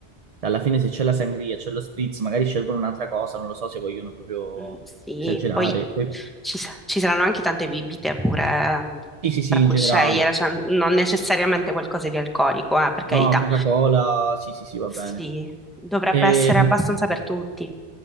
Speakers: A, on the right; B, in the centre.
A: Cioè, Alla fine se c'è la sangria, c'è lo spritz, magari scelgono un'altra cosa, non lo so se vogliono proprio
B: Mm, Sì,
A: esagerare.
B: poi
A: Poi-
B: ci, sa- ci saranno anche tante bibite pure eh,
A: Sì, sì, sì,
B: tra
A: in
B: cui
A: generale.
B: scegliere, cioè non necessariamente qualcosa di alcolico, eh, per carità.
A: No, Coca-Cola, sì, sì, sì, va
B: Sì,
A: bene.
B: dovrebbe
A: E
B: essere abbastanza per tutti.